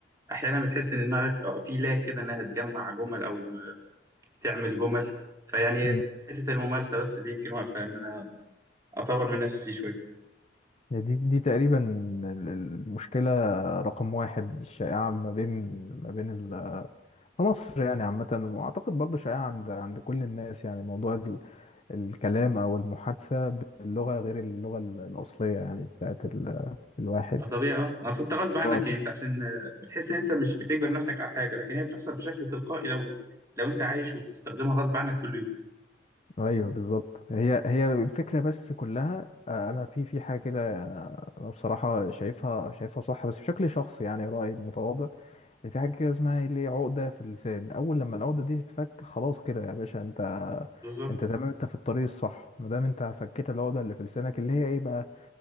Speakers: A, on the right; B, on the left.
A: احيانا بتحس ان دماغك آه، في لا كده انها تجمع جمل او آه، تعمل جمل فيعني
B: مم.
A: حته الممارسه بس اللي يمكن واقفه ان انا اطور من نفسي فيه شويه
B: يعني دي دي تقريبا ال- المشكله رقم واحد الشائعه ما بين ما بين ال- في مصر يعني عامه واعتقد برضو شائعه عند عند كل الناس يعني موضوع ال- الكلام او المحادثه باللغه غير اللغه ال- الاصليه يعني بتاعت ال- الواحد
A: ما طبيعي اه اصل انت غصب عنك
B: اه
A: يعني انت عشان آه، بتحس ان انت مش بتجبر نفسك على حاجه لكن هي بتحصل بشكل تلقائي لو لو انت عايش وبتستخدمها غصب عنك كل يوم
B: ايوه بالظبط هي هي الفكره بس كلها آه، انا في في حاجه كده آه، انا بصراحه شايفها شايفها صح بس بشكل شخصي يعني رايي متواضع ان في حاجه كده اسمها اللي هي عقده في اللسان اول لما العقده دي تتفك خلاص كده يا باشا انت
A: بالظبط
B: انت تمام انت في الطريق الصح ما دام انت فكيت العقده اللي في لسانك اللي هي ايه بقى